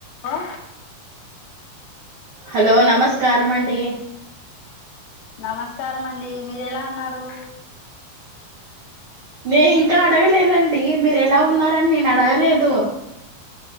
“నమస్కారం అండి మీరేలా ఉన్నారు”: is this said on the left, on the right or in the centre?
Left